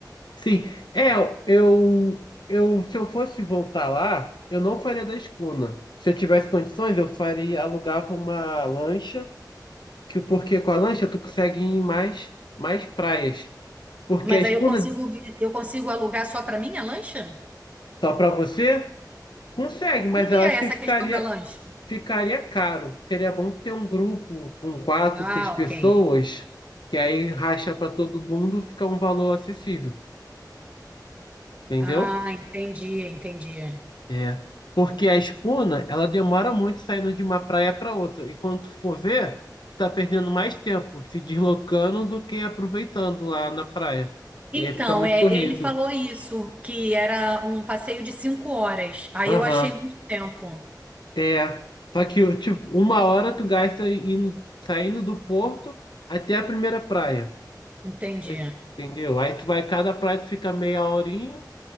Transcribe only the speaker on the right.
Mas
aí eu consigo, vi- eu consigo alugar só para mim a lancha?
Como
que
é essa
questão da lancha?
Ah,
ok.
Ah, entendi, entendi.
Então,
é,
ele falou isso, que era um passeio de cinco horas. Aí
eu achei muito tempo.
Entendi.